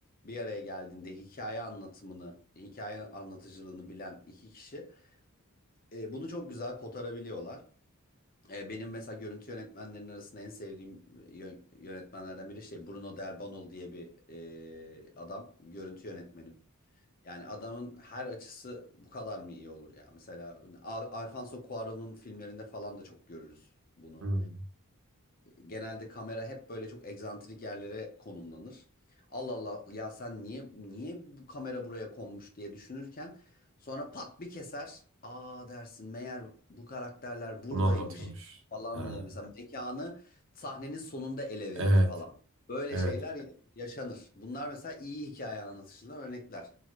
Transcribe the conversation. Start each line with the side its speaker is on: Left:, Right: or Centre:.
Left: bir araya geldiğinde hikaye anlatımını, hikaye anlatıcılığını bilen iki kişi e, bunu çok güzel kotarabiliyorlar. E, Benim mesela görüntü yönetmenlerinin arasında en sevdiğim yön- yönetmenlerden biri şey Bruno Del Bonal diye bir e, adam görüntü yönetmeni. Yani adamın her açısı bu kadar mı iyi olur ya? Mesela Al- Alfonso Cuarón'un filmlerinde falan da çok görürüz bunu
Right: Hmm,
Left: genelde kamera hep böyle çok egzantrik yerlere konumlanır. Allah Allah ya sen niye niye bu kamera buraya konmuş diye düşünürken sonra pat bir keser. Aa dersin meğer bu karakterler buradaymış
Right: Bunu anlatıyormuş.
Left: falan
Right: Ha,
Left: diye mesela mekanı sahnenin sonunda ele verir
Right: evet.
Left: falan. Böyle
Right: Evet,
Left: şeyler ya- yaşanır. Bunlar mesela iyi hikaye anlatışından örnekler.